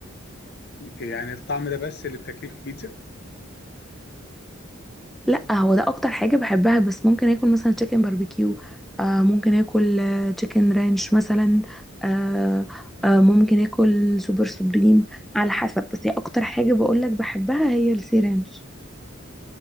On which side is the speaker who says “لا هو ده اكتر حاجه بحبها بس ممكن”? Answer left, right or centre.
Centre